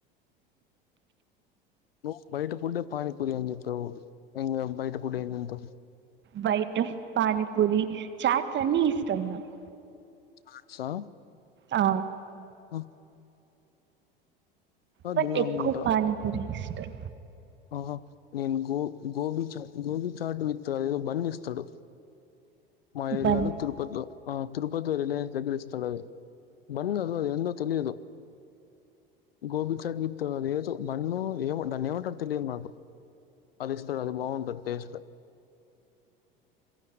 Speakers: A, on the left; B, on the right.
A: నువ్వు బయట ఫుడ్డే పానిపూరి అని చెప్పావు ఇంగ బయట ఫుడ్ ఏందింతవు.
B: బయట పానీపూరి, చాట్స్ అన్నీ ఇష్టం నాకు.
A: చాట్సా
B: ఆ
A: అ
B: బట్
A: తిన్నానుకుంటా
B: ఎక్కువ పానీపురి ఇష్టం.
A: ఆహా నేను గో గోభి చాట్ గోభీ చాట్ విత్ అది ఎదో బన్ ఇస్తడు. మా ఏరియాలో
B: బన్
A: తిరుపతిలో, ఆ తిరుపతి రిలయాన్స్ దగ్గర ఇస్తడు అవి. బన్ కాదు అది ఎందో తెలియదు. గోబి చాట్ విత్ అదేదో బన్నో ఏమో దాన్ని ఏమంటరు తెలియదు నాకు, అది ఇస్తడు అది బావుంటది టేస్ట్.